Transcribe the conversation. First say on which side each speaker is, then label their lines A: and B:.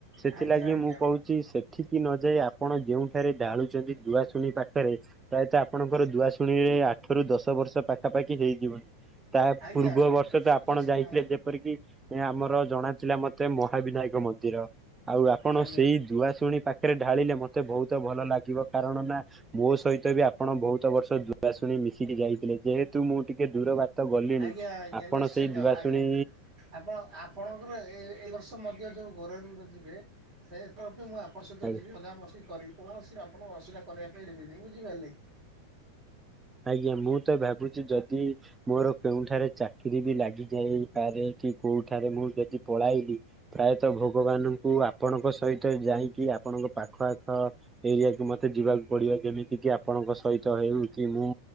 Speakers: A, on the right (about 15°); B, on the right (about 45°).
A: ସେଥିଲାଗି
B: ଆଜ୍ଞା ଆଜ୍ଞା
A: ମୁଁ କହୁଛି ସେଠିକି ନଯାଇଏ ଆପଣ ଯୋଉଁଠାରେ ଡାଳୁ ଜୁଆ ଶୁଣି ପାଖରେ ପ୍ରାୟତଃ ଆପଣଙ୍କର ଦୁଆ ଶୁଣି ଆଠ ରୁ ଦଶ ବର୍ଷ ପାଖାପାଖି ହେଇଯିବଣୀ ତା
B: ଆଜ୍ଞା
A: ପୂର୍ବ
B: ବୁଝିପାରୁଛନ୍ତି
A: ବର୍ଷ ତ ଆପଣ ଯାଇଥିଲେ
B: ନା?
A: ଯେପରିକି ଆମର ଜଣା ଥିଲା ମତେ ମହାବିନାୟକ ମନ୍ଦିର, ଆଉ ଆପଣ
B: ଆଜ୍ଞା
A: ସେଇ ଦୁଆ ଶୁଣି ପାଖ ପାଖରେ ଢାଳିଲେ ମତେ ବହୁତ ଭଲ ଲାଗିବ। କାରଣ ନା ମୋ ସହିତ ବି ଆପଣ ବହୁତ ବର୍ଷ ଦୁଆ ଶୁଣି ମିଶିକି ଯାଇଥିଲେ, ଯେହେତୁ। ତୁ ମୁଁ ଟିକେ ଦୂର ବାଟ ଗଲିଣି
B: ଆଜ୍ଞା ଆଜ୍ଞା
A: ଆପଣ
B: ନିଶ୍ଚିନ୍ତ
A: ସେଇ ଦୁଆ
B: ଆଜ୍ଞା।
A: ଶୁଣି
B: ଆପଣ ଆପଣଙ୍କର ଏ ଏଇ ବର୍ଷ ମଧ୍ୟ ଯେଉଁ ଗୌରୋଇ ମନ୍ଦିର ଯିବେ ସେପରଠୁ ମୁଁ ଆପଣ ସହିତ
A: ଆଜ୍ଞା।
B: ଯିବି ମଜାମସ୍ କରିବି। କୌଣସି ଆପଣ ଅସୁବିଧା କରିବା ପାଇଁ ହେବେନି, ବୁଝିପାରିଲେ କି?
A: ଆଜ୍ଞା ମୁଁ ତ ଭାବୁଛି ଯଦି ମୋର କେଉଠାରେ ଚାକିର ବି ଲାଗି ଯାଇପାରେ କି କୋଉଠାରେ ମୁଁ ଯଦି ପଳାଇଲି ପ୍ରାୟତଃ ଭଗବାନଙ୍କୁ ଆପଣଙ୍କ ସହିତ ଯାଇକି ଆପଣଙ୍କ ପାଖ ଆଖ ଏରିଆକୁ ମତେ ଯିବାକୁ ପଡିବ ଯେମିତି କି ଆପଣଙ୍କ ସହିତ ହେଉ କି ମୁଁ